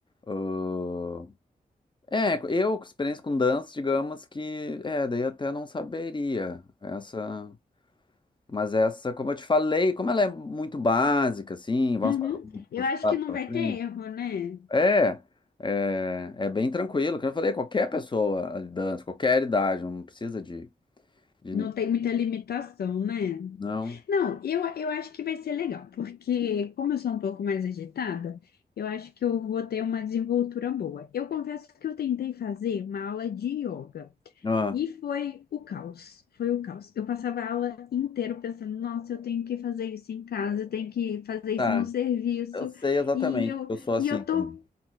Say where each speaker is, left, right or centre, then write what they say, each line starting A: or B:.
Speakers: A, on the left (about 30°); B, on the left (about 75°).
A: Ahn, É, eu, com experiência com dança, digamos que. É, daí até não saberia. Essa. Mas essa, como eu te falei, como ela é muito básica, assim, vamos
B: Uhum.
A: para um
B: Eu acho
A: passo
B: que não
A: para
B: vai
A: frente.
B: ter erro, né?
A: É, é, é bem tranquilo. Como eu falei, qualquer pessoa dança, qualquer idade, não precisa de, de-
B: Não tem muita limitação, né?
A: não.
B: Não, eu, eu acho que vai ser legal, porque como eu sou um pouco mais agitada, eu acho que eu vou ter uma desenvoltura boa. Eu confesso que eu tentei fazer uma aula de yoga
A: Ah,
B: e foi o caos, foi o caos. Eu passava a aula inteira pensando, nossa, eu tenho que fazer isso em casa, eu tenho que fazer
A: tá.
B: isso no serviço,
A: Eu sei exatamente,
B: e eu,
A: porque eu sou assim
B: e eu
A: também.
B: tô,